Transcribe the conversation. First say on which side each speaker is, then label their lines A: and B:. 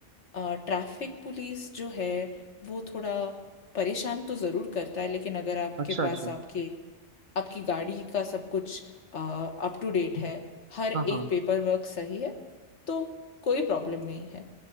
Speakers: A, on the left; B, on the right.
A: ट्रैफिक पुलिस जो है वो थोड़ा परेशान तो ज़रूर करता है लेकिन अगर आपके
B: अच्छा अच्छा
A: पास आपके आपकी गाड़ी का सब कुछ अप टू डेट है हर एक
B: हाँ हाँ
A: पेपर वर्क सही है तो कोई प्रॉब्लम नहीं है